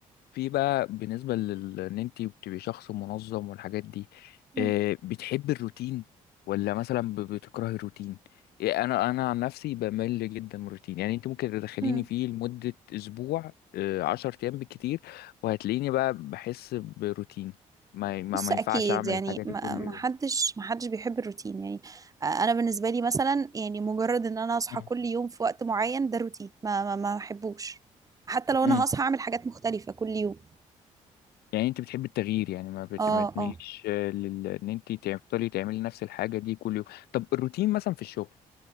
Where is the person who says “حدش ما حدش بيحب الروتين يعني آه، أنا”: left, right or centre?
Right